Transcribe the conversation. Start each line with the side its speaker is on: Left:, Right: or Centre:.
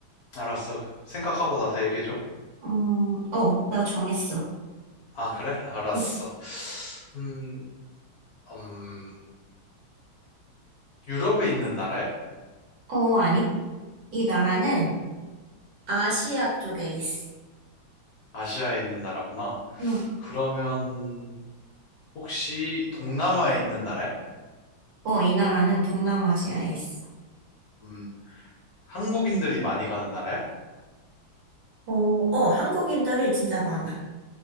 Left: 알았어. 생각하고 나서 얘기해줘.
Right: 음, 어, 나 정했어.
Left: 아, 그래? 알았어.
Right: 음,
Left: 음, 음, 유럽에 있는 나라야?
Right: 어, 아니. 이 나라는 아시아 쪽에 있어.
Left: 아시아에 있는 나라구나.
Right: 응.
Left: 그러면 혹시 동남아에 있는 나라야?
Right: 어, 이 나라는 동남아시아에 있어.
Left: 음, 한국인들이 많이 가는 나라야?
Right: 어, 어, 한국인들이 진짜 많아.